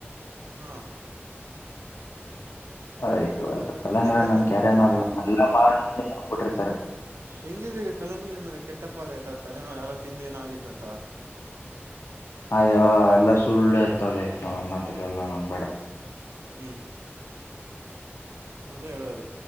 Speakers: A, on the right; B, on the left.
A: ಹ್ಮ
B: ಹ ಇವಾಗ ಕಳಂಗ
A: ಕಲಂಗ್ರಿ
B: ನನ್ ಕ್ಯಾರೆನೋಲ್ಲ ನ ಎಲ್ಲ ಮಾಡಬಿಟ್ಟಿರ್ತಾರೆ
A: ಎಂಗಿದಗ ಕಳಂಗ ಆಮೇಲೆ ಕೆಟ್ಟಪ್ಪದಯ್ತಲ್ಲದಏನೋ ಯಾರೋ ತಿಿಂದ ಏನೋ ಆಗಿತ್ತಂತ
B: ಅಯ್ಯವ ಎಲ್ಲಾ ಸುಳ್ಳು ಇತವಲ್ಲಿ ಅವ ಮಾತ ಎಲ್ಲ ನಂಬಬೇಡ
A: ಹ್ಮ್ ಮದೇ ಹೇಳೋದು